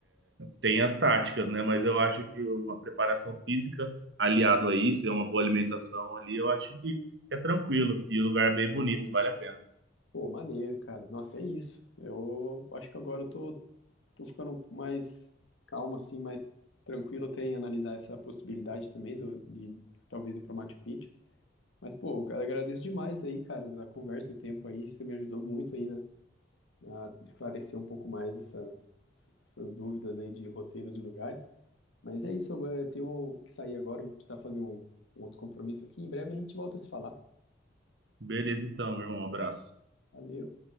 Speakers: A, on the right; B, on the left.
A: Tem as táticas, né? Mas eu acho que uma preparação física aliado a isso, é uma boa alimentação ali, eu acho que é tranquilo. E o lugar é bem bonito,
B: Pô,
A: vale a pena.
B: pô, maneiro, cara. Nossa, é isso. Eu acho que agora eu tô, tô ficando mais calmo, assim, mais tranquilo até em analisar essa possibilidade também do, de talvez ir para Machu Picchu. Mas, pô, eu agradeço demais aí, cara, da conversa, o tempo aí. Você me ajudou muito aí, né? A esclarecer um pouco mais essa, essas dúvidas aí de roteiros e lugares. Mas é isso, eu vou- eu tenho que sair agora, vou precisar fazer um, um outro compromisso aqui. Em breve a gente volta a se falar.
A: Beleza, então, meu irmão. Um abraço.
B: Valeu.